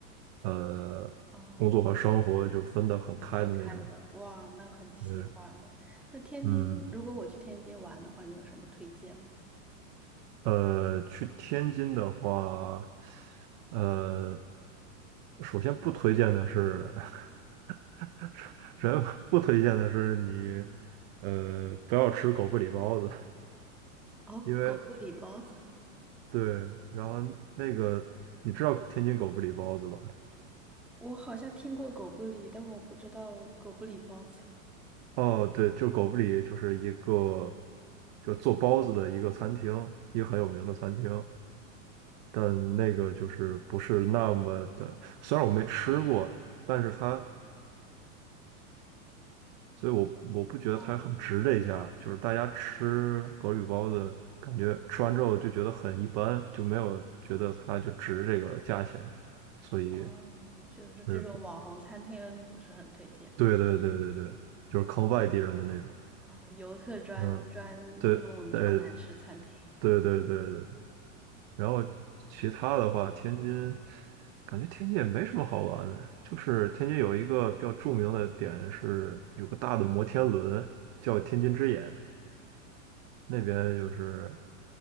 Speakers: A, on the right; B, in the centre.
A: 呃工作和生活就分得很开的那种。
B: 哦，就分开的，哇，那很喜欢了。
A: 对，
B: 那天津，
A: 嗯，
B: 如果我去天津玩的话，你有什么推荐吗？
A: 呃，去天津的话，呃，首先不推荐的是，<laughs> 首先不推荐的是你，呃，不要吃狗不理包子，
B: 哦，
A: 因为
B: 狗不理包子。
A: 对，然后那个你知道天津狗不理包子吧？
B: 我好像听过狗不理，但我不知道狗不理包子。
A: 哦，对，就狗不理就是一个，就是做包子的一个餐厅，一个很有名的餐厅，但那个就是不是那么的，虽然我没吃过，但是它，所以我我不觉得它很值这一下，
B: 哦
A: 就是大家吃狗不理包子，感觉吃完之后就觉得很一般，就没有觉得它就值这个价钱，所以
B: 哦，就是这种网红餐厅不是很推荐
A: 就是对对对对对，就是坑外地人的那种，
B: 哦。哦，游客专专用超难吃餐厅，
A: 嗯，对，对对对对对然后其他的话，天津感觉天津也没什么好玩的，就是天津有一个比较著名的点是有个大的摩天轮叫天津之眼，那边就是